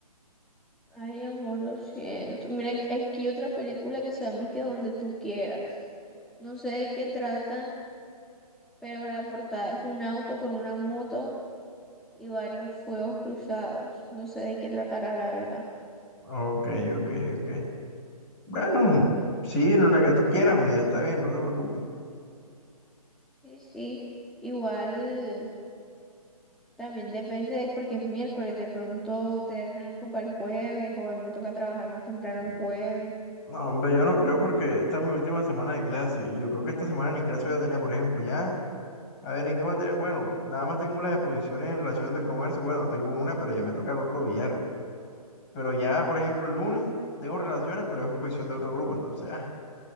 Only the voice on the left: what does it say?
Ok, ok, ok. Bueno, sí, en la que tú quieras, mi vida, está bien, no te preocupes.
Mm,
No, hombre, yo no creo porque esta es mi última semana de clase y yo creo que esta semana ni clase voy a tener, por ejemplo, ya. A ver, ¿en qué materia? Bueno, nada más tengo las exposiciones en relaciones del comercio. Bueno, tengo una, pero ya me toca el otro viernes. Pero ya, por ejemplo, el lunes tengo relaciones, pero es exposición de otro grupo, entonces, ah.